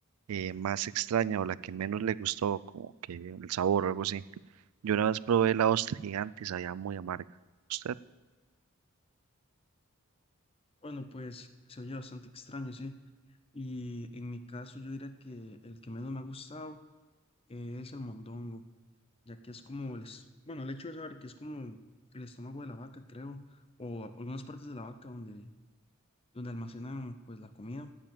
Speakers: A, on the right (about 85°); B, on the left (about 25°).
A: eh, más extraña o la que menos le gustó, como que el sabor o algo así. Yo una vez probé la ostra gigantes sabía muy amarga. ¿Usted?
B: Bueno, pues se oye bastante extraño, sí. Y en mi caso yo diría que el que menos me ha gustado eh, es el mondongo, ya que es como el, es- bueno, el hecho de saber que es como el estómago de la vaca, creo, o a- algunas partes de la vaca donde, donde almacenan pues la comida.